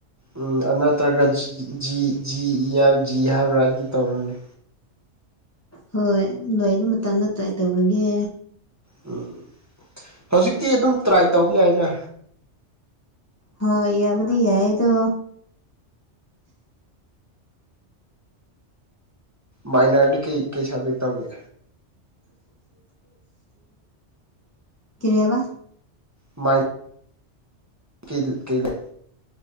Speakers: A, on the right (about 20°); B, on the left (about 25°).
A: ꯎꯝ ꯑ ꯅꯠꯇ꯭ꯔꯒ ꯖꯤ ꯖꯤ ꯏ ꯍꯥꯏ ꯖꯤ ꯍꯥꯏꯕ꯭ꯔꯥ ꯑꯗꯨ ꯇꯧꯔꫭꯅꯦ꯫
B: ꯍꯣꯏ ꯂꯣꯏꯕ ꯃꯇꯝꯗ ꯇ꯭ꯔꯥꯏ ꯇꯧꯔꯒꯦ
A: ꯎꯝ ꯍꯧꯖꯤꯛꯇꯤ ꯑꯗꯨꯝ ꯇ꯭ꯔꯥꯏ ꯇꯧꯒꯦ ꯌꯥꯏꯅ
B: ꯍꯣꯏ ꯏꯕꯗꯤ ꯌꯥꯏꯑꯗꯣ
A: ꯃꯥꯏꯅꯔꯗꯤ ꯀꯩ ꯀꯩ ꯁꯕꯖꯦꯛ ꯇꯧꯒꯦ
B: <unintelligible> ꯀꯔꯤ ꯍꯥꯏꯕ
A: ꯃꯥꯏ ꯀ <unintelligible> ꯀꯩꯂꯩ